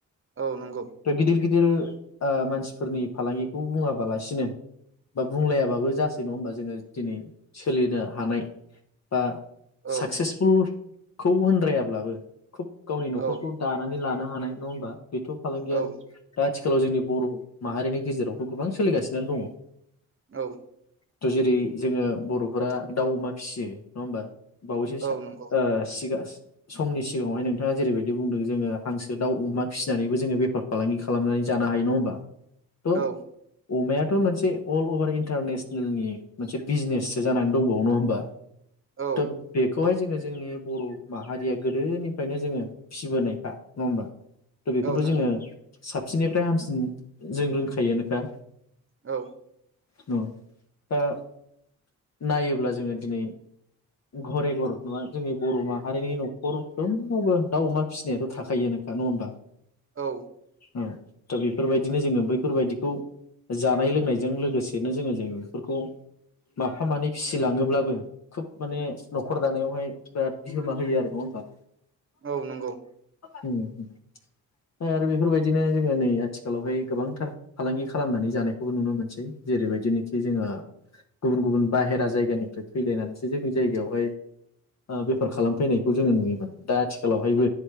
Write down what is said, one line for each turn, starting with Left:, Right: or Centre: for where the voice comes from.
Right: औ नंगौ
Left: दा गिदिर गिदिर ओ मानसिफोरनि फालांगिखौ बुङाबालासिनो बा बुंलायाबाबो जासै नङा होमबा जोङो दिनै सोलिनो हानाय बा
Right: औ
Left: साक्सेसफुल खौ होनद्रायाब्लाबो खुब गावनि न'खरखौ
Right: औ
Left: दानानै लानो हानाय नङा होमबा बेथ' फालांगिया
Right: औ
Left: दा आथिखालाव जोंनि बर' माहारिनि गेजेरावथ' गोबां सोलिगासिनो दङ
Right: औ
Left: थ' जेरै जोङो बर'फोरा दाउ अमा फिसियो नङा होमबा बावैसो सा
Right: औ नंगौ
Left: ओ सिगां समनि सिगाङावहाय नोंथाङा जेरैबायदि बुंदों जोङो हांसो दाउ अमा फिसिनानैबो जोङो बेफार फालांगि खालामनानै जानो हायो नङा होमबा थ'
Right: औ
Left: अमायाथ' मोनसे अल अभार इन्टारनेसनेलनि मोनसे बिजनेससो जानानै दंबावो होमबा
Right: औ
Left: थ' बे खौहाय जोङो जोंनि बर' माहारिया गोदोनिफ्रायनो जोङो फिसि बोनायखा नङा होमबा थ' बेखौथ'
Right: औ नंगौ
Left: जोङो साबसिननिफ्राय हामसिन जों रोंखायो नोखा
Right: औ
Left: औ ओ नायोब्ला जोङो दिनै घरे घर नङा जोंनि बर' माहारिनि न'खरफ्रोमावबो दाउ अमा फिसिनायाथ' थाखायोनो खा नङा होमबा
Right: औ
Left: औ दा बेफोरबायदिनो जोङो बैफोरबायदिखौ जानाय लोंनायजों लोगोसेनो जोङो जों बेफोरखौ माफा मानै फिसिलाङोब्लाबो खोब माने न'खर दानायावहाय बिराद बिहोमा होयो आरो नङा होमबा
Right: औ नंगौ
Left: उम ओमफाय आरो बेफोरबायदिनो जोङो नै आथिखालावहाय गोबांथार फालांगि खालामनानै जानायखौबो नुनो मोनसै जेरैबायदिनोखि जोङो गुबुन गुबुन बाहेरा जायगानिफ्राय फैलायनानै जोंनि जायगायावहाय ओ बेफार खालामफैनायखौ जोङो नुयोमोन दा आथिखालावहायबो